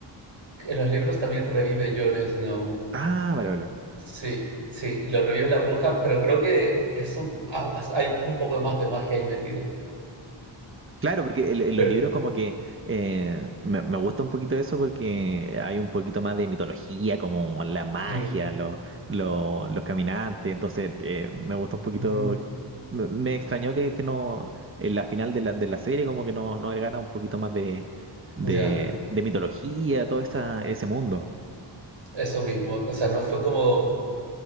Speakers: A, on the right (about 70°); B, on the right (about 25°).
A: En los libros también revive Jon Snow.
B: Ah, vale, vale.
A: Sí, sí, lo revive la bruja, pero creo que es un, ha- has- hay un poco más de magia ahí metido.
B: Claro, porque el- en
A: Pero,
B: los libros como que eh, me, me gusta un poquito eso porque hay un poquito más de mitología, como la magia,
A: mm,
B: lo- lo- los caminantes, entonces eh, me gusta un poquito,
A: ujú,
B: me, me extrañó que, que no, en la final de la, de la serie como que no, no agregara un poquito más de, de,
A: ya.
B: de mitología, todo esa, ese mundo.
A: Eso mismo, o sea, no fue como,